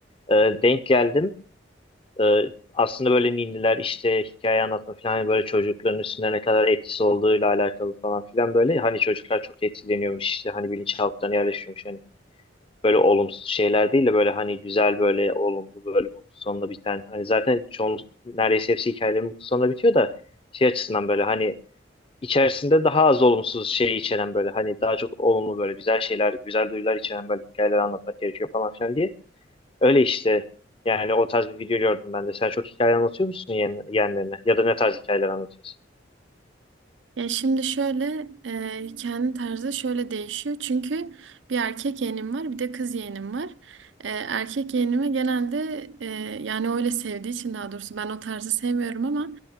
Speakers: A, on the left; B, on the right.
A: e, denk geldim. E, Aslında böyle ninniler işte hikaye anlatma falan hani böyle çocukların üstünde ne kadar etkisi olduğuyla alakalı falan filan böyle. Hani çocuklar çok etkileniyormuş işte hani bilinçaltlarına yerleşiyormuş hani böyle olumsuz şeyler değil de böyle hani güzel böyle olumlu böyle mutlu sonla biten. Hani zaten çoğun neredeyse hepsi hikayelerin mutlu sonla bitiyor da şey açısından böyle hani içerisinde daha az olumsuz şey içeren böyle hani daha çok olumlu böyle güzel şeyler, güzel duyular içeren böyle hikayeler anlatmak gerekiyor falan filan diye. Öyle işte yani o tarz bir video gördüm ben de. Sen çok hikaye anlatıyor musun yeğen, yeğenlerine? Ya da ne tarz hikayeler anlatıyorsun?
B: Ya şimdi şöyle e, hikayenin tarzı şöyle değişiyor. Çünkü bir erkek yeğenim var bir de kız yeğenim var. E, erkek yeğenime genelde e, yani öyle sevdiği için daha doğrusu ben o tarzı sevmiyorum ama